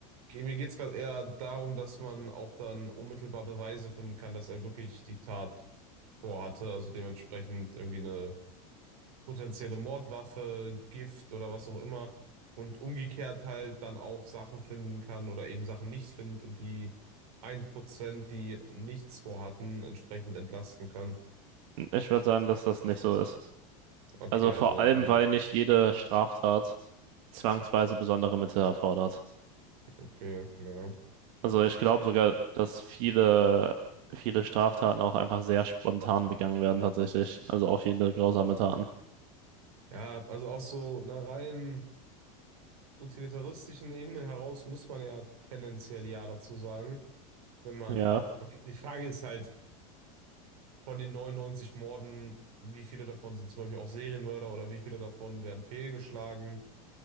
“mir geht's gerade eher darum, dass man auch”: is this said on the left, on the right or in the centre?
Right